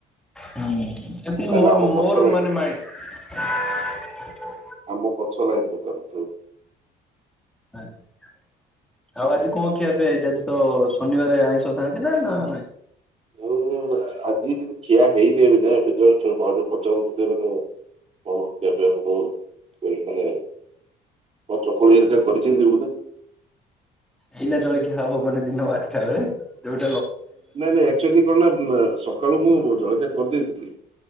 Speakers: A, in the centre; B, on the right.
A: ହୁଁ ଏତିକି
B: ତାହେଲେ
A: ମୋର
B: ଆମ
A: ମୋର
B: ପଛ ଲାଇନ
A: ମାନେ ମାଇଣ୍ଡ।
B: ଆମ ପଛ ଲାଇନ ବୋଧେ ତାର ଥିବ।
A: ଆଜ୍ଞା। ଆଉ ଆଜି କଣ ଖିଆ ପିଆ ହେଇଛି ଆଜି ତ ଶନିବାର ଆଇଁଷ ଖାଆନ୍ତି ନା ନାହିଁ?
B: ଉଁ ଆଜି କିନ୍ତୁ ଖିଆ ହେଇନି ଏବେ ଯାଙ୍କେ ଏବେ ଜଷ୍ଟ ଭାଉଜ ପଚାରୁଥିଲେ ମାନେ କଣ ଖିଆ ପିଆ ହବ ସେଇ ମାନେ କଣ ଚକୁଳି ହେକା କରିଛନ୍ତି ବୋଧେ।
A: ଏଇନା ଜଳଖିଆ ହବ ମାନେ ଦିନ ବାରଟା ବେଳେ ଯୋଉଠି
B: ନାଇଁ ନାଇଁ ଆଚୁଆଲି କଣ ନା ସକାଳୁ ମୁଁ ଜଳଖିଆ କରିଦେଇଥିଲି।